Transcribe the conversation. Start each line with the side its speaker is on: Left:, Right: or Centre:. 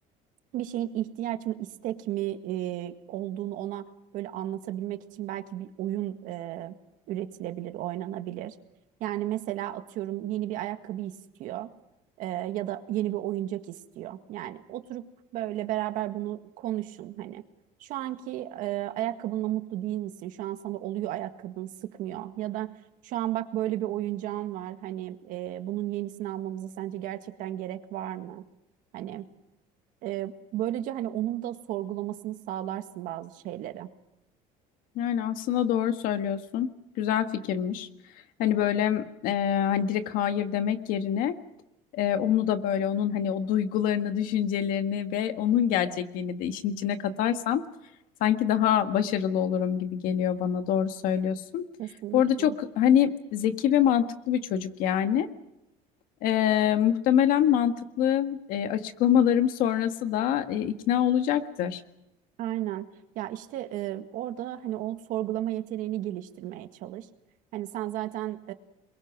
Right: bir şeyin ihtiyaç mı istek mi e, olduğunu ona böyle anlatabilmek için belki bir oyun e, üretilebilir, oynanabilir. Yani mesela atıyorum yeni bir ayakkabı istiyor e, ya da yeni bir oyuncak istiyor. Yani oturup böyle beraber bunu konuşun hani. Şu anki e, ayakkabınla mutlu değil misin? Şu an sana oluyor ayakkabın sıkmıyor. Ya da şu an bak böyle bir oyuncağın var. Hani e, bunun yenisini almamıza sence gerçekten gerek var mı? Hani ee, böylece hani onun da sorgulamasını sağlarsın bazı şeyleri.
Left: Yani aslında doğru söylüyorsun. Güzel fikirmiş. Hani böyle e, hani direkt hayır demek yerine Ee, onu da böyle onun hani o duygularını, düşüncelerini ve onun gerçekliğini de işin içine katarsam sanki daha başarılı olurum gibi geliyor bana. Doğru söylüyorsun.
Right: Kesinlikle.
Left: Bu arada çok hani zeki ve mantıklı bir çocuk yani. Ee, muhtemelen mantıklı e, açıklamalarım sonrası da e, ikna olacaktır.
Right: Aynen. Ya işte e, orada hani o sorgulama yeteneğini geliştirmeye çalış. Hani sen zaten